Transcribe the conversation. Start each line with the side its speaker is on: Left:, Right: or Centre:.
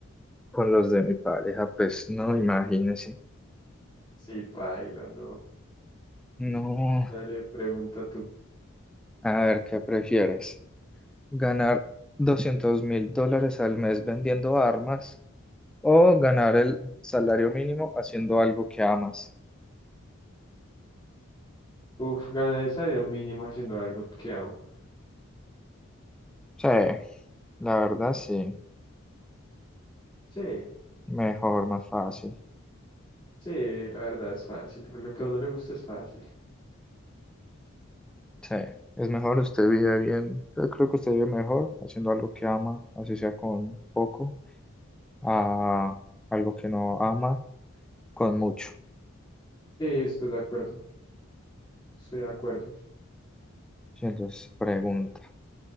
Centre: con los de mi pareja, pues no, imagínese.
Left: Sí, paila, no.
Centre: No,
Left: Dale, pregunta tú.
Centre: a ver, ¿qué prefieres? ¿Ganar doscientos mil dólares al mes vendiendo armas? O ganar el salario mínimo haciendo algo que amas.
Left: Uf, ganar el salario mínimo haciendo algo que amo.
Centre: Sí, la verdad sí.
Left: Sí,
Centre: Mejor, más fácil.
Left: sí, la verdad es fácil. Lo que a uno le gusta es fácil.
Centre: Sí, es mejor, usted vive bien. Yo creo que usted vive mejor haciendo algo que ama, así sea con poco, a algo que no ama, con mucho.
Left: Sí, estoy de acuerdo. Estoy de acuerdo.
Centre: Sí, Entonces, pregunta.